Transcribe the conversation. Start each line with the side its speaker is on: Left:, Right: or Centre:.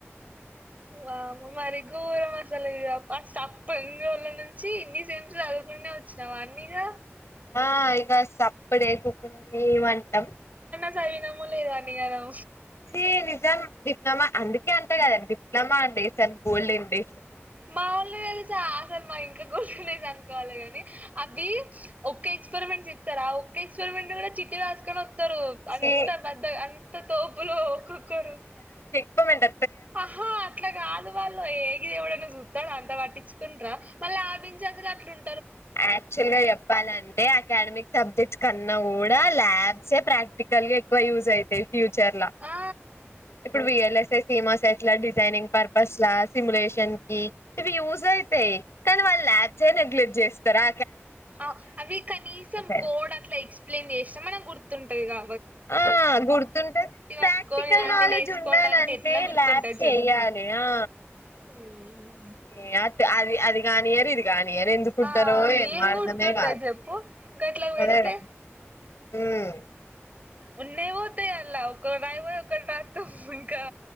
Right: వా మరి గోర మసాలా ఇది ఫస్ట్ అప్ప ఇన్ని రోజుల నుంచి ఇన్నిసేమ్స్ చదువుకునే వచ్చినామా అన్నీగా
Left: ఆ ఇక సప్పుడే ఉకున్న ఏమంటాం
Right: చాచదివినమె లేదో అన్ని గనం
Left: శీలి ఎగ్జామ్ డిప్లొమా అందుకే అంట కదా డిప్లొమా అంటే ఎంత గోల్డ్ డే
Right: మా ఒళ్ళు తెలుసా అసలు మా ఇంకా కోరలేదు అనుకోవాలిగాని అవి ఒక్కే ఎక్స్పెరిమెంట్ చెప్తారు ఆ ఒక్క ఎక్స్పెరిమెంట్ కూడా చిట్టీ రాసుకొని ఒరు అంత
Left: ఛీ
Right: బద్ద అంత తోపులు ఒక్కొక్కరు
Left: ఇప్ప మెట్
Right: ఆహా అట్లా కదు వాళ్ళు ఏ గిది ఎవడన్నా చూత్తాడు అంత పట్టించుకుంట్రా మళ్ళ ఆభించార్జ్ గట్లుం
Left: యాక్చువల్ గా చెప్పాలంటే అకాడమిక్ సబ్జెక్ట్స్ కన్నా కూడా ల్యాబ్సే ప్రాక్టి కల్ గ ఎక్కువ యూస్ అయితయ్ ఫ్యూచర్లా
Right: ఆ
Left: ఇప్పుడు వి ఎల్ ఎస్ ఎ సీమాస్ ఎట్లా డిజైనింగ్ పర్పస్ లా సిములేషన్ కి ఇవి యూజ్ అయితాయి కానీ వాళ్ళు ల్యాబ్సే నెగ్లెక్ట్ చేస్తారా
Right: ఆ అవి కనీసం
Left: అని
Right: కోడ్ అట్లా ఎక్స్ ప్లైయిన్ చేసినా మనకు గుర్తుంటదిగా
Left: ఆ గుర్తుంటంది ప్రాక్టికల్
Right: పట్టుకొని రండి
Left: నాలెడ్జ్
Right: నేర్చుకోండి
Left: ఉండాలంటే
Right: అంటే ఎట్లా గుర్తుంటది
Left: ల్యాబ్స్ చేయ్యాలి ఆ
Right: ఊ
Left: ఈ అట్టు అది అది కానియ్యరు ఇది కానియరు ఎందుకుంటారో
Right: ఆ
Left: ఏమో
Right: ఏం
Left: అర్థమే
Right: గుర్తుంటది
Left: కాదు
Right: చెప్పు గట్లాకి పెడితే
Left: అదే కదా ఉమ్
Right: ఉన్నాయి పోతాయి అల్లా ఒక రాయిపోయి ఒక్కటి రాత్తం ఇంకా